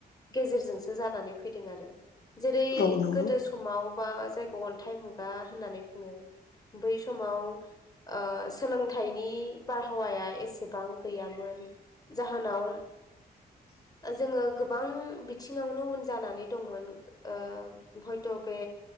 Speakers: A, on the left; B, on the left.
A: गेजेरजोंसो जानानै फैदों आरो। जेरै
B: औ नंगौ
A: गोदो समाव बा जायखौ अन्थाइ मुगा होननानै बुङो। बै समाव ओ सोलोंथाइनि बारहावाया एसेबां गैयामोन। जाहोनाव
B: <inaudible>
A: जोङो गोबां बिथिङावनो उन जानानै दंमोन। ओ हयथ' बे